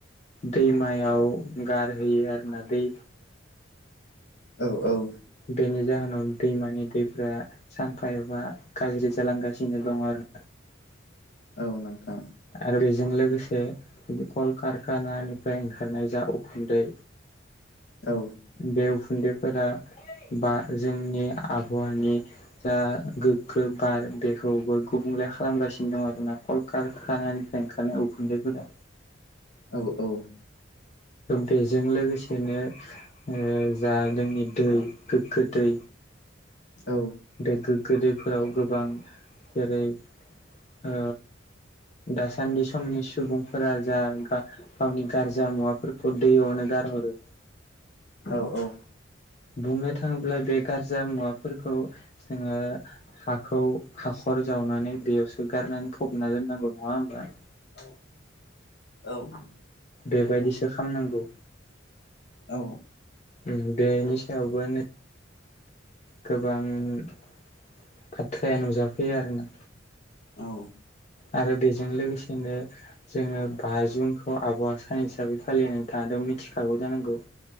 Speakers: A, on the left; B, on the left.
A: दैमायाव गारहैयो आरोना दै
B: औ औ
A: बेनि जाहोनाव दैमानि दैफोरा सानफा एफा गाज्रि जालांगासिनो दं आरो
B: औ नोंथां।
A: आरो बेजों लोगोसे कल कलखारखानानिफ्राय ओंखारनाय जा उखुन्दै
B: औ।
A: बे उखुन्दैफोरा बा जोंनि आबहावानि जा गोग्गो बार बेखौबो गुबुंले खालामगासिनो दं आरोना कलखार खानिफ्राय ओंखारनाय उखुन्दैफोरा
B: औ औ।
A: बेजों लोगोसेनो ओ जा जोंनि दै गोग्गो दै
B: औ
A: गोग गोदैफोराव गोबां जेरै ओ दासान्दि समनि सुबुंफोरा जा गावनि गारजा मुवाफोरखौ अ दै आवनो गार हरो।
B: औ औ।
A: बुंनो थाङोब्ला बे गारजा मुवाफोरखौ जोङो हाखौ हाखर जावनानै बेयावसो गारनानै फबना दोननांगौ नङा होमबा?
B: औ औ।
A: बेबायदिसो खालामनांगौ
B: औ
A: उम बेनि सायावबो नै गोबां बाथ्राया नुजाफैयो आरोना।
B: औ।
A: आरो बेजों लोगोसेनो जोङो बा जुनखौ आबहावा सान हिसाबै फालियो नोंथाङाथ' मिथिखागौ जानांगौ।